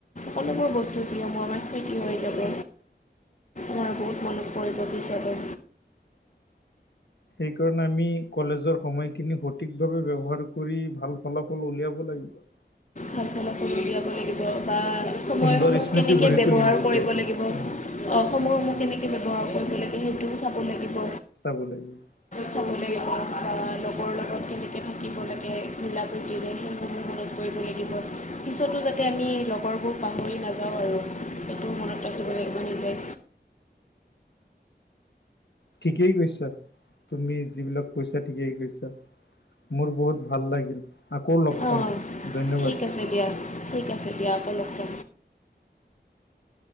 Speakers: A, on the left; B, on the left.
A: সকলোবোৰ বস্তু যিসমূহ আমাৰ স্মৃতি হৈ যাব মই বহুত মনত পৰিব পিচলে
B: সেইকাৰণে আমি কলেজৰ সময়খিনি সঠিক ভাৱে ব্যৱহাৰ কৰি ভাল ফলাফল উলিয়াব লাগে
A: ভাল ফলাৰফল সময় উলিয়াব লাগিব বা সময়সমূহ
B: সুন্দৰ স্মৃতি
A: কেনেকে
B: গঢ়ি
A: ব্যৱহাৰ
B: তুলিম তেতিয়াহে
A: কৰিব লাগিব অ সময়সমূহ কেনেকে ব্যৱহাৰ কৰিব লাগে সেইটোও চাব লাগিব
B: চাব লাগে
A: চাব লাগিব বা লগৰ লগত কেনেকে থাকিব লাগে মিলা প্ৰীতিৰে সেইসমূহ মনত পৰিব লাগিব পিছতো যাতে আমি লগৰবোৰ পাহৰি নাযাওঁ আৰু সেইটো মনত ৰাখিব লাগিব নিজে
B: ঠিকেই কৈছা তুমি যিবিলাক কৈছা ঠিকেই কৈছা মোৰ বহুত ভাল লাগিল আকৌ লগ <inaudible>
A: অঁ
B: ধন্যবাদ
A: ঠিক আছে দিয়া। ঠিক আছে দিয়া আকৌ লগ পাম।